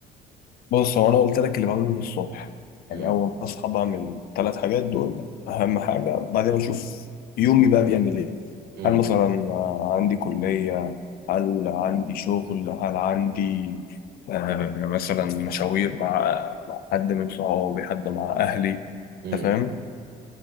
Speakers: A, on the left; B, on the right.
A: بص هو انا قلت لك اللي بعمله ده الصبح يعني
B: امم
A: اول ما اصحى بعمل ثلاث حاجات دول اهم حاجه بعدين بشوف يومي بقى بيعمل ايه
B: امم
A: هل مثلا آه، عندي كليه هل عندي شغل هل عندي آه، مثلا مشاوير مع مع حد من صحابي حد مع اهلي
B: امم
A: أنت فاهم